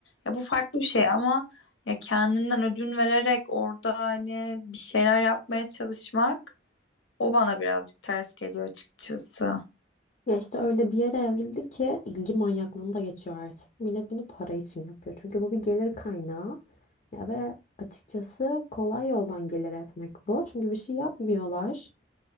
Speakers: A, on the left (about 85°); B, on the left (about 40°).
A: Ya bu farklı bir şey ama ya kendinden ödün vererek orada hani bir şeyler yapmaya çalışmak o bana birazcık ters geliyor açıkçası.
B: Ya işte öyle bir yere evrildi ki ilgi manyaklığını da geçiyor artık. Millet bunu para için yapıyor. Çünkü bu bir gelir kaynağı. Ya ve açıkçası kolay yoldan gelir etmek bu. Çünkü bir şey yapmıyorlar.